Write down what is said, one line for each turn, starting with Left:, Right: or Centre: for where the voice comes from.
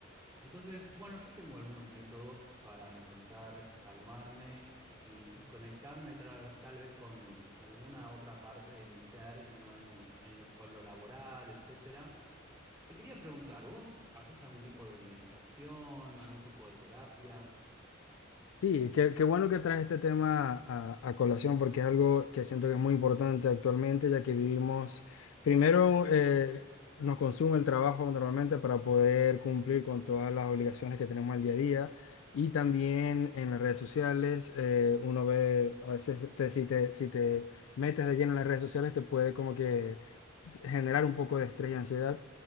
Right: entonces, bueno, yo tengo algunos métodos para intentar calmarme y, y conectarme tra- tal vez con alguna otra parte de mi ser y no en, en lo- con lo laboral, etcétera. Te quería preguntar, ¿vos haces algún tipo de meditación, algún tipo de terapia?
Left: Sí, qué, qué bueno que traes este tema a, a colación porque es algo que siento que es muy importante actualmente, ya que vivimos, primero eh, nos consume el trabajo normalmente para poder cumplir con todas las obligaciones que tenemos al día a día y también en las redes sociales eh, uno ve, a veces te- si te, si te metes de lleno en las redes sociales te puede como que generar un poco de estrés y ansiedad.